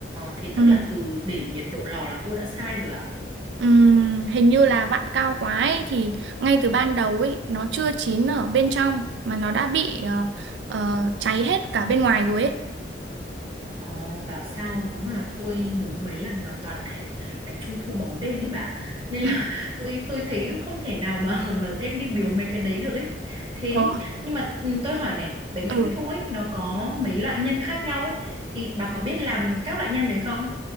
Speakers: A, on the right; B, on the right.
A: thế
B: ừ.
A: tức là từ để nhiệt độ lò là tôi đã sai rồi ạ.
B: Ừm, hình như là vặn cao quá ấy, thì ngay từ ban đầu ấy nó chưa chín ở bên trong mà nó đã bị ờ, ờ, cháy hết cả bên ngoài rồi ấy
A: Ờ bảo sao đúng là tôi nướng mấy lần mà toàn thành bánh trung thu bóng đêm ấy bà. Nên
B: <laughs>
A: là <laughs> tôi tôi thấy không thể nào mà <laughs> mà đem đi biếu mấy cái đấy được ấy. Thế
B: Ồ,
A: nhưng mà ừm, tôi hỏi này, bánh
B: Ừ.
A: trung thu ấy nó có mấy loại nhân khác nhau ấy thì bà có biết làm các loại nhân đấy không?